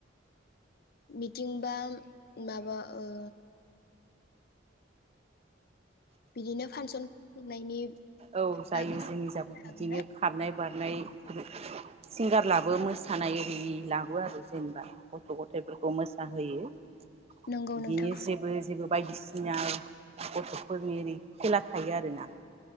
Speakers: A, on the left; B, on the right.
A: मिथिंबा माबा ओ। बिदिनो फांसन खुंनायनि
B: औ जायो
A: बागै
B: जोंनि जाबो
A: सावरायनो
B: बिदिनो
A: हागोन ना
B: खारनाय बारनाय नाय सिंगार लाबो मोसानाय आरि लाबो आरो जेनेबा गथ' गथायाइफोरखौ मोसाहोयो।
A: नंगौ
B: बिदिनो
A: नोंथां
B: जेबो जेबो बायदिसि सिनाव गथ'फोरनि ओरै खेला थायो आरोना